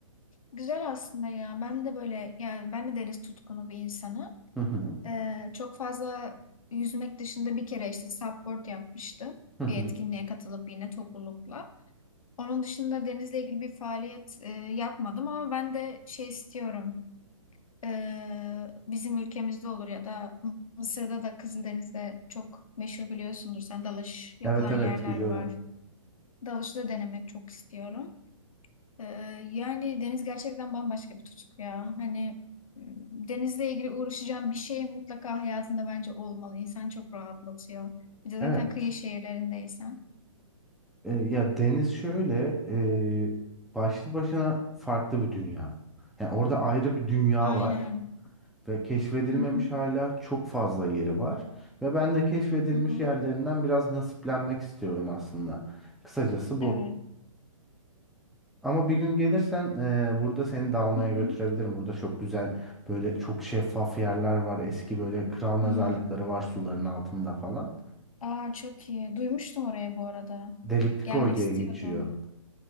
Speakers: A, on the left; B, in the centre.
A: Güzel aslında ya. Ben de böyle yani ben de deniz tutkunu bir insanım.
B: Hı hı.
A: Ee, çok fazla yüzmek dışında bir kere işte supboard yapmıştım.
B: Hı hı.
A: Bir etkinliğe katılıp yine toplulukla. Onun dışında denizle ilgili bir faaliyet e, yapmadım ama ben de şey istiyorum. Ee, bizim ülkemizde olur ya da Mısır'da da Kızıldeniz'de çok meşhur biliyorsundur sen dalış yapılan
B: Evet evet
A: yerler
B: biliyorum.
A: var. Dalışı da denemek çok istiyorum. Ee, yani deniz gerçekten bambaşka bir tutku ya. Hani m, denizle ilgili uğraşacağım bir şey mutlaka hayatında bence olmalı. İnsan çok rahatlatıyor. Bir de zaten
B: Evet.
A: kıyı şehirlerindeysen.
B: E, ya deniz şöyle e, başlı başına farklı bir dünya. Yani orada ayrı bir dünya
A: Aynen.
B: var ve keşfedilmemiş
A: Hı hı.
B: hala çok fazla yeri var ve ben de keşfedilmiş
A: Hı hı.
B: yerlerinden biraz nasiplenmek istiyorum aslında. Kısacası bu.
A: Evet.
B: Ama bir gün gelirsen e, burada seni dalmaya
A: Hı hı.
B: götürebilirim. Burada çok güzel böyle çok şeffaf yerler var. Eski böyle kral mezarlıkları
A: Hmm.
B: var suların altında falan.
A: Aa, çok iyi. Duymuştum orayı bu arada.
B: Delikli
A: Gelmek
B: koy diye
A: istiyordum.
B: geçiyor.